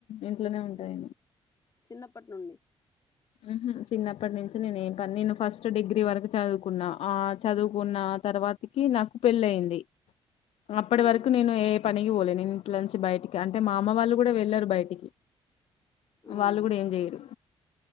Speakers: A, on the left (about 70°); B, on the left (about 30°).
A: ఇంట్లోనే ఉంటా
B: ఆ,
A: నేను
B: చిన్నప్పటి నుండి
A: ఊహు చిన్నప్పటి నుంచి నేను ఏ పనీ నేను ఫస్ట్ డిగ్రీ వరకు చదువుకున్నా ఆ చదువుకున్న ఆ తర్వాతకి నాకు పెళ్ళయింది అప్పటి
B: అవునా
A: వరకు నేను పనికి పోలే నేను ఇంట్లో నుంచి బయటికి అంటే మా అమ్మ వాళ్ళు కూడా వెళ్ళారు బయటికి
B: అవునా
A: వాళ్ళు కూడా ఏం చెయరు